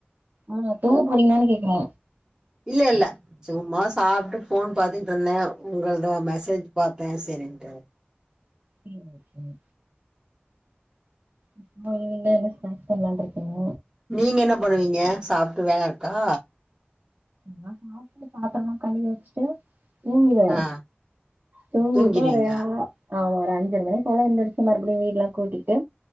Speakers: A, on the right; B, on the right.
A: ஆமா தூங்க போறீங்களானு கேக்குற
B: இல்ல இல்ல சும்மா சாப்டுட் ஃபோன் பாத்துட் இருந்த உங்களுது மெசேஜ் பாத்த சேரின்ட்டு
A: ம் ம் இப்ப ஈவினிங்ல என்ன ஸ்நேக்ஸ் பண்லான் இருக்கீங்க
B: நீங்க என்ன பண்ணுவீங்க சாப்டு வேல இருக்கா
A: நா சாப்டு பாத்துரோ எல்லா கழுவி வெச்சுட்டு தூங்குவ
B: ஆ
A: தூங்கிட்டு
B: தூங்கிருவீங்களா
A: ஒரு ஆமா ஒரு அஞ்சர மணி போல எந்துருச்சு மறுபடியு வீடு எல்லா கூட்டிட்டு